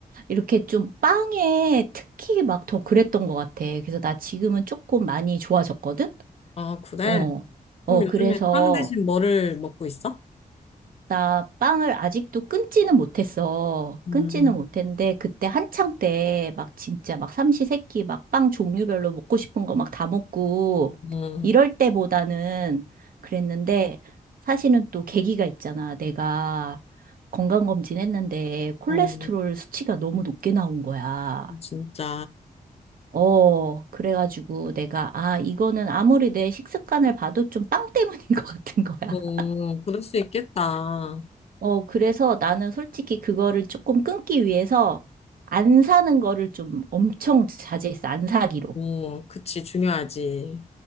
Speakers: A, on the right (about 75°); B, on the left (about 45°).
A: 이렇게 좀 빵에 특히 막 더 그랬던 것 같아. 그래서 나 지금은 조금 많이 좋아졌거든?
B: 아, 그래?
A: 어.
B: 그럼
A: 어,
B: 요즘에
A: 그래서.
B: 빵 대신 뭐를 먹고 있어?
A: 나 빵을 아직도 끊지는 못했어.
B: 음,
A: 끊지는 못했는데 그때 한창 때 막 진짜 막 삼시세끼 막 빵 종류별로 먹고 싶은 거 막 다 먹고
B: 음,
A: 이럴 때보다는 그랬는데 사실은 또 계기가 있잖아. 내가 건강검진 했는데 콜레스테롤
B: 어,
A: 수치가 너무 높게 나온 거야.
B: 진짜.
A: 어, 그래가지고 내가 아, 이거는 아무리 내 식습관을 봐도 좀 빵 때문인 <laughs> 것 같은 거야.
B: 어, 그럴 수 있겠다.
A: 어, 그래서 나는 솔직히 그거를 조금 끊기 위해서 안 사는 거를 좀 엄청 자제했어. 안 사기로.
B: 어, 그치, 중요하지.